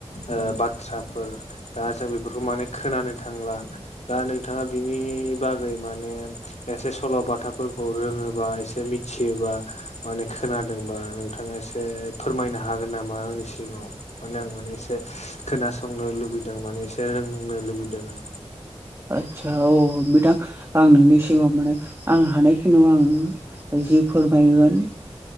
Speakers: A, on the left; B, on the right.
A: ओ बाथ्राफोर दा जों बेफोरखौ माने खोनानो थांला दा नोंथाङा बिनि नि बागै माने एसे सल बाथाफोरखौ रोङोबा एसे मिथियोबा माने खोनादोंबा नोंथाङा एसे फोरमायनो हागोन नामा आंनि सिगाङाव माने आं माने एसे खोनासंनो लुुबैदों माने एसे रोंनो लुबैदों।
B: आदसा औ बिथां आं नोंनि सिगाङाव माने आं हानायखिनु आं। जि फोरमायगोन